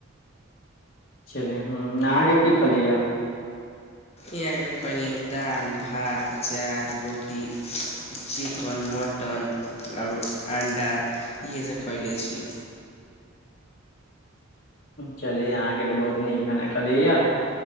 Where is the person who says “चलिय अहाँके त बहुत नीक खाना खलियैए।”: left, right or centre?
Left